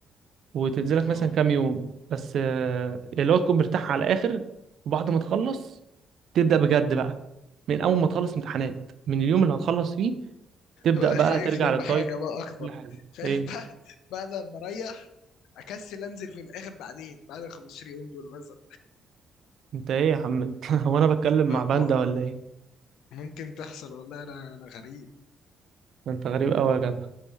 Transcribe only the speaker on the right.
وتنزلك
مثلا كام يوم بس آه، اللي هو تكون مرتاح على الاخر وبعد ما تخلص تبدأ بجد بقى من اول ما تخلص امتحانات من اليوم اللي هتخلص فيه تبدأ
بقى
ترجع
للدايت
كل حاجة
ايه
انت ايه يا عم انت <laughs> هو انا بتكلم مع
باندا ولا ايه
ده انت غريب قوي يا جدع